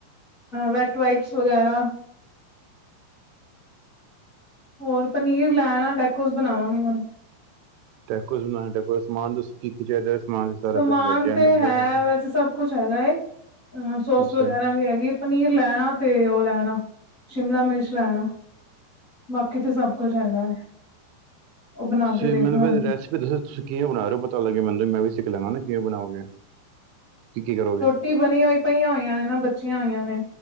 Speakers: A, on the left; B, on the right.
A: ਵੈਟ ਵਾਈਟਸ ਵਗੈਰਾ। ਹੋਰ ਪਨੀਰ ਲੈ ਆਨਾ ਟੈਕੋਸ ਬਨਾਵਾਂਗੇ ਹੁਨ
B: ਟੈਕੋਸ ਬਨਾਣਾ ਟੈਕੋਸ ਦਾ ਸਮਾਨ ਦੱਸੋ ਕੀ ਕੀ ਚਾਹੀਦਾ ਹੈ? ਸਮਾਨ ਤੇ ਸਾਰਾ
A: ਸਮਾਨ
B: ਫਿਰ ਲੈ ਕੇ
A: ਤੇ
B: ਆਨੇ ਬਜਾ
A: ਹੈ
B: ਤੁਸੀਂ
A: ਵੈਸੇ ਸਭ ਕੁਛ ਹੈਗਾ ਏ। ਅ ਸੋਸ
B: ਅੱਛਾ
A: ਵਗੈਰਾ ਵੀ ਹੈਗੀ ਏ ਪਨੀਰ ਲੈ ਆਣਾ ਤੇ ਉਹ ਲੈ ਆਣਾ ਸ਼ਿਮਲਾ ਮਿਰਚ ਲੈ ਆਣਾ। ਬਾਕੀ ਤੇ ਸਭ ਕੁਛ ਹੈਗਾ। ਉਹ ਬਣਾ
B: ਤੁਸੀ
A: ਕੇ ਦੇਖ
B: ਮੈਨੂੰ
A: ਲਾਂਗੇ
B: ਫੇਰ ਰੈਸਪੀ ਦੱਸੋ? ਤੁਸੀਂ ਕਿਵੇ ਬਣਾ ਰਹੇ ਹੋ ਪਤਾ ਲੱਗੇ ਮੈਨ ਤੇ ਮੈਂ ਵੀ ਸਿੱਖ ਲਾਂਗਾ ਨਾ ਕਿਂਵੇ ਬਣਾਓਗੇ ਕੀ ਕੀ ਕਰੋਗੇ।
A: ਰੋਟੀ ਬਨੀ ਹੋਈ ਪਈਆਂ ਹੋਈਆਂ ਨੇ ਨਾ ਬੱਚੀਆਂ ਹੋਈਆਂ ਨੇ